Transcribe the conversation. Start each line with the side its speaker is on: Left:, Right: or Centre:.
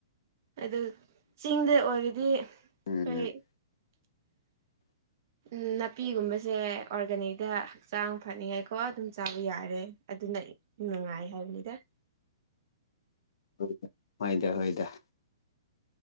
Right: ꯑꯗꯨ ꯆꯤꯡꯗ ꯑꯣꯏꯔꯗꯤ
Left: ꯎꯝ
Right: ꯑꯩꯣꯏ
Left: <unintelligible>
Right: ꯎ ꯅꯥꯄꯤꯒꯨꯝꯕꯁꯦ ꯑꯣꯔꯒꯥꯅꯤꯛꯇ ꯍꯛꯆꯥꯡ ꯐꯅꯤꯡꯉꯥꯏꯀꯣ ꯑꯗꯨꯝ ꯆꯥꯕ ꯌꯥꯔꯦ ꯑꯗꯨꯅ ꯅꯨꯡꯉꯥꯏ ꯍꯥꯏꯕꯅꯤꯗ
Left: ꯍ ꯍꯣꯏꯗ ꯍꯣꯏꯗ